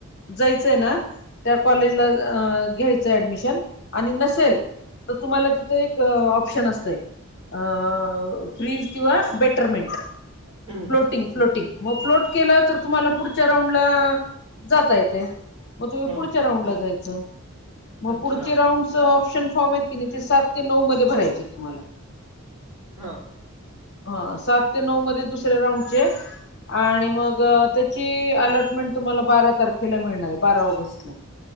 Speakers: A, on the left (about 50°); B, on the right (about 25°).
A: जायचंय ना? त्या कॉलेजला अ घ्यायचंय ऍडमिशन, आणि नसेल- त तुम्हाला ति- एक ऑप्शन असतय अ- फ्रीज किंवा बेटरमेंट.
B: हम.
A: फ्लोटिंग. फ्लोटिंग. म फ्लोट केलं तर तुम्हाला पुढच्या राऊंडला जाता येतय. म तुम्ही
B: हा
A: पुढच्या राऊंडला जायचं. म
B: अच्छा
A: पुढच्या राऊंडच ऑप्शन फॉर्म आहेत की नाही ते सात- ते नऊ मध्ये भरायचेत तुम्हाला.
B: हा.
A: हां. सात ते नऊ मध्ये दुसऱ्या राऊंडचे. आणि मग त्याची अलॉटमेंट तुम्हाला बारा तारखेला मिळणार ए. बारा ऑगस्टला.